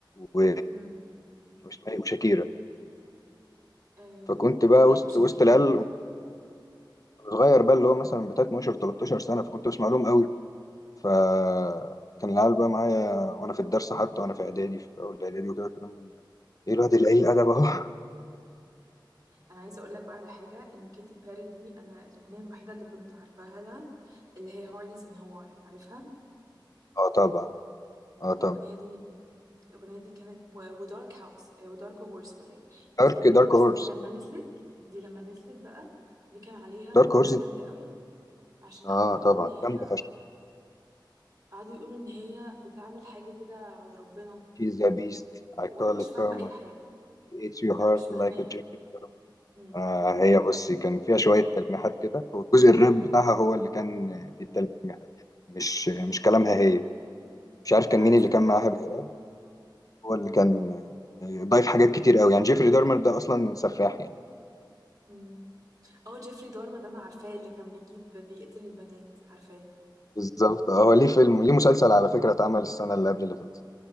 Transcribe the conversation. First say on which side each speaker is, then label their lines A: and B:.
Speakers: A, on the left; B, on the right.
A: و
B: امم
A: واسمها إيه؟ وشاكيرا
B: أه
A: فكنت بقى
B: بحب
A: وسط
B: شاكيرا
A: وسط العيال
B: موت
A: صغير بقى اللي هو مثلا بتاع 12 13 سنة فكنت بسمع لهم قوي فكان العيال بقى معايا وانا في الدرس حتى وانا في اعدادي في اول اعدادي وكده كلام من ده ايه الواد القليل الادب اهو <laughs>
B: انا عايزه اقول لك بقى على حاجه ان كيتي بيري دي انا الاغنيه الوحيده اللي كنت عارفاها لها اللي هي هارليز ان هواي عارفها
A: اه طبعا اه طبعا
B: الاغنيه دي الاغنيه دي كانت و- ودارك هاوس آه، ودارك هورس ولا ايه بس
A: دارك
B: دارك
A: دارك
B: هورس
A: هورس
B: دي لما نزلت دي لما نزلت بقى دي كان عليها
A: دارك
B: ضجه
A: هورس
B: جامده قوي عشان
A: اه
B: قعدوا يقولوا
A: طبعا
B: ان هي
A: جامدة فشخ
B: قعدوا يقولوا ان هي بتعمل حاجه كده على ربنا
A: شيز ذا بيست I
B: وانا
A: call
B: مش
A: it
B: فاهمه
A: karma
B: اي حاجه
A: it's your
B: انا
A: heart
B: مش فاهماها
A: like a Jeffrey Dahmer.
B: امم
A: آه هي بصي كان فيها شوية تلميحات كده والجزء الراب بتاعها هو اللي كان فيه تلميحات مش
B: امم
A: مش كلامها هي مش عارف كان
B: انا
A: مين
B: عايزه
A: اللي كان معاها بيراب هو اللي كان آه، ضايف حاجات كتير قوي يعني جيفري دارمر ده أصلا سفاح يعني
B: امم اه جيفري دارما ده انا عارفاه اللي كان بيجيب بيقتل البنات عارفاه
A: فبالظبط آه، هو ليه فيلم ليه مسلسل على فكرة اتعمل السنة اللي قبل اللي فاتت